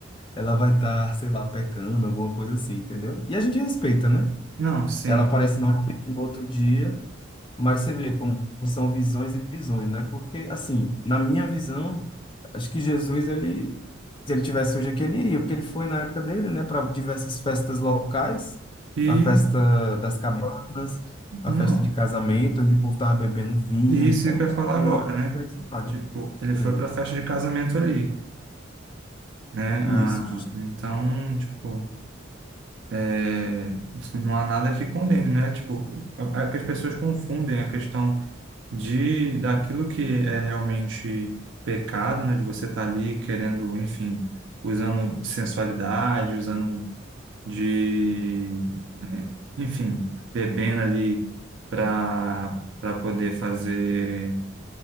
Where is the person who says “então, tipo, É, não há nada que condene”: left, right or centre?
Right